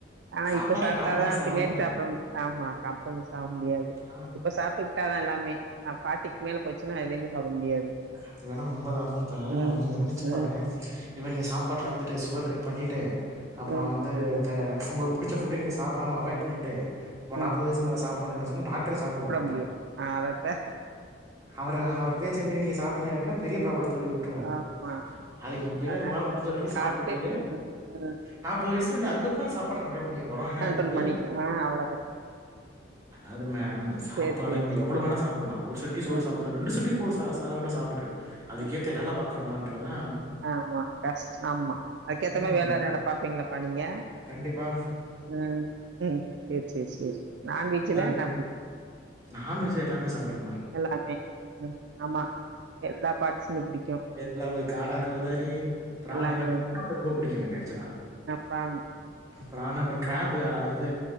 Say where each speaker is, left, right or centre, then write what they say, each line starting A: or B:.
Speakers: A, on the right; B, on the right.
A: ஆ
B: சாப்பாட்ல
A: இப்ப சாப்டாதா
B: காம்ப்ரமைஸ்
A: பின்னாடி
B: ஆக மாட்டானா?
A: சாப்ட ஆமா காப்ரமைஸ் ஆக முடியாது
B: ஆ.
A: இப்ப சாப்ட்டுக் டா தா எல்லாமே ஃபாட்டிக்கு மேல போச்சுன்னா எதையுமே சாப்ட முடியாது
B: அது வேணா உண்மதா இப்ப
A: ம்
B: நீங்க நெனச்சு
A: ம்
B: பாருங்க இப்ப நீங்க சாப்பாட்ல வந்துட்டு சுகர் கட் பண்ணிட்டு அப்புறோ
A: ம்
B: வந்து த உங்களுக்கு புடிச்ச ஃபுட்ட நீங்க சாப்டாம‌ அவாய்ட் பண்ணிட்டு அப்ரோ
A: ம்
B: நாப்பது வயசுக்கு மேல‌ சாப்பிடனு நெனச்சாலு டாக் டரே சாப்ட விட மாட்டா
A: முடியு ஆ அதத்தா
B: அவர் அவர் பேச்ச மீரி நீங்க சாட்டீங்க அப்டினா பெரிய பிராப்லதுல போய் வுட் ட்ரு அது
A: ஆமா
B: அதுக்கு இப்பயே
A: அதனால
B: நம்மலால முடிஞ்ச வரைக்கு
A: சாப்ட்டு
B: சாப்டுட்டு
A: ம் ம்
B: நாப்பது வயசுல என அதுக்கப்புற சாப்பாட கண்ட்ரோல் பண்ணிக்க போரோ என்னாய்ர
A: கண்ட்ரோல்
B: போது
A: பண்ணிக்கிறோ ஆ அவ்ளோதா
B: அது மேம் சாப்பாடு
A: சேரி சேரி
B: நம்ம எவ்ளோ வேணா சாப்புலா ஒரு சட்டி சோறு
A: ம்
B: சாப் புடு ரெண்டு சட்டி கூட சாத சாத கூட சாப்டு அதுக்கு
A: ம்
B: ஏத்த வேல பாக்றோமான்றதா
A: ஆமா கஸ்ட் ஆமா அதுகேத்த
B: ம்.
A: மாரி வேல எதாதிர்த பாப்பீங்ளாப்பா நீங்க
B: கண்டிப்பா
A: ம் ம் சேரி சேரி சேரி நான்வெஜ்ல
B: அதாவது
A: என்னாப்புடிக்கு
B: நான்வெஜ்ல எல்லாமே சாப்டுவேம்மா
A: எல்லாமே ம் ஆமா எல்லா பாட்ஸுமே புடிக்கு
B: எல்லாவே காட கௌதாரி ப்ராண்
A: எல்லாமே
B: பு <inaudible> ரொம்ப புடிக்கு எனக்கு ஆக்சுவலா
A: ப்ரான்
B: ப்ரான் அப்றோ கிராப் இது